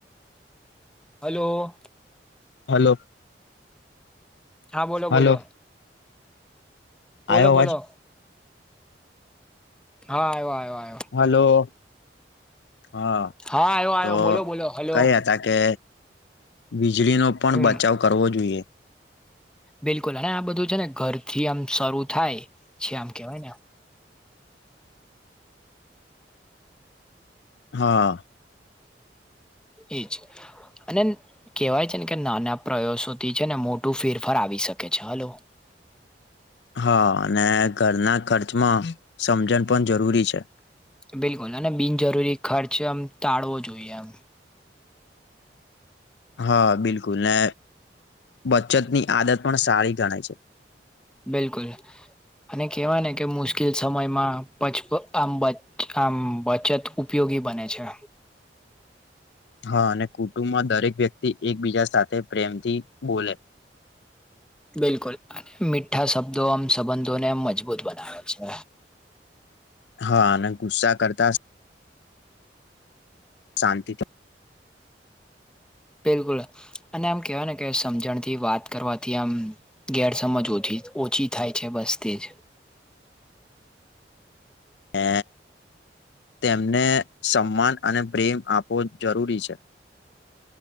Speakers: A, in the centre; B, on the left.
A: હલો.
B: હલો.
A: હા, બોલો, બોલો.
B: હલો
A: બોલો,
B: આવ્યો
A: બોલો.
B: અવાજ
A: હા, હા, હા.
B: હલો, હા.
A: હા, આવ્યો, આવ્યો,
B: તો
A: બોલો, બોલો, હલો.
B: કઈ હતા કે વીજળીનો પણ
A: હમ
B: બચાવ કરવો જોઈએ.
A: બિલકુલ, અને આ બધું છે ને ઘરથી આમ શરૂ થાય છે, આમ કેવાય ને.
B: હા.
A: એ જ. અને કેહેવાય છે ને કે, નાના પ્રયાસોથી છે ને, મોટું ફેરફાર આવી શકે છે, હલો.
B: હા, અને ઘરના ખર્ચમાં સમજણ પણ જરૂરી છે.
A: બિલકુલ, અને બિનજરૂરી ખર્ચ આમ ટાળવો જોઈએ એમ.
B: હા, બિલકુલ ને, બચતની આદત પણ સારી ગણાય છે.
A: બિલકુલ. અને કહેવાય ને, કે મુશ્કેલ સમયમાં પચ આમ આમ બચત. ઉપયોગી બને છે.
B: હા, અને કુટુંબમાં દરેક વ્યક્તિ એકબીજા સાથે પ્રેમથી બોલે.
A: બિલકુલ, મીઠા શબ્દો આમ સંબંધોને એમ મજબૂત બનાવે છે.
B: હા, અને ગુસ્સા કરતા. શાંતિથી.
A: બિલકુલ, અને આમ કેહેવાય ને કે, સમજણથી વાત કરવાથી આમ. ગેરસમજ ઓછી-ઓછી થાય છે, બસ તેજ.
B: એ તેમને સન્માન અને પ્રેમ આપવો જરૂરી છે.